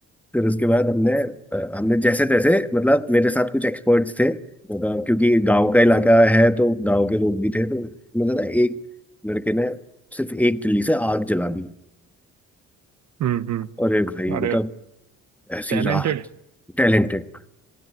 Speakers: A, in the centre; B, on the right (about 65°).
A: फिर उसके बाद हमने अ, हमने जैसे तैसे मतलब मेरे साथ कुछ एक्सपर्ट्स थे मतलब क्योंकि गांव का इलाका है तो गांव के लोग भी थे तो मतलब ना एक लड़के ने सिर्फ एक तिल्ली से आग जला दी
B: हम्म हम्म
A: अरे भाई
B: अरे
A: मतलब ऐसी
B: टैलेंटेड
A: राहत टैलेंटेड